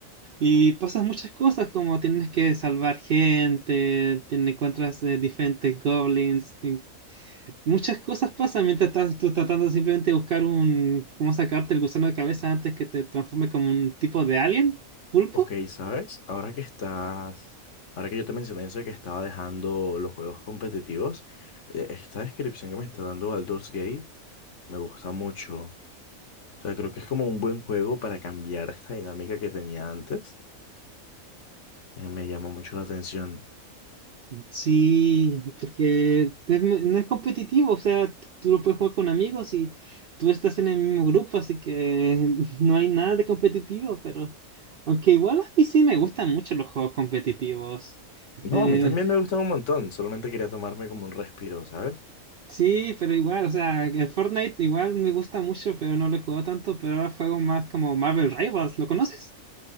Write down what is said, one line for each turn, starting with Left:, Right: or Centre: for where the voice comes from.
Right: Y pasan muchas cosas como tienes que salvar gente, te encuentras eh, diferentes goblins, Muchas cosas pasan mientras estás tú tratando simplemente de buscar un, cómo sacarte el gusano de cabeza antes que te transforme como un tipo de alien, pulpo.
Left: Ok, ¿sabes? Ahora que estás, ahora que yo te mencioné eso de que estaba dejando los juegos competitivos, eh, esta descripción que me está dando Baldur's Gate me gusta mucho. o sea, creo que es como un buen juego para cambiar esta dinámica que tenía antes. Me, me llama mucho la atención.
Right: Sí, porque es- no es competitivo, o sea, tú lo puedes jugar con amigos y tú estás en el mismo grupo, así que <laughs> no hay nada de competitivo, pero aunque igual a mí sí me gustan mucho los juegos competitivos.
Left: No,
Right: Eh,
Left: a mí también me gusta un montón. Solamente quería tomarme como un respiro, ¿sabes?
Right: sí, pero igual, o sea, el Fortnite igual me gusta mucho, pero no lo he jugado tanto, pero ahora juego más como Marvel Rivals, ¿lo conoces?